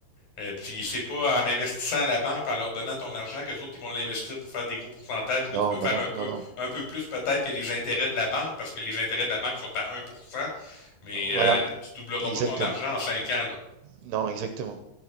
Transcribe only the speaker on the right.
Non,
bah non,
non, non.
Voilà,
exactement.
Non, exactement.